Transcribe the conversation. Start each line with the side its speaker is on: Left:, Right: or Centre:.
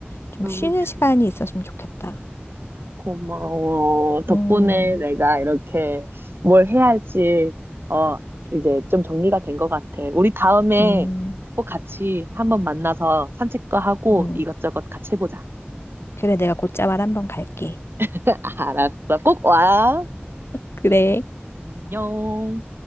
Left: 좀
Right: 너무
Left: 쉬는
Right: 좋-
Left: 시간이 있었으면 좋겠다.
Right: 고마워. 덕분에
Left: 음,
Right: 내가 이렇게 뭘 해야 할지, 어, 이제 좀 정리가 된 것 같아. 우리 다음에
Left: 음.
Right: 꼭 같이 한번 만나서 산책도 하고
Left: 음.
Right: 이것저것 같이 해보자.
Left: 그래, 내가 곧자말 한번 갈게.
Right: <laughs> 알았어. 꼭 와.
Left: 그래.
Right: 안녕.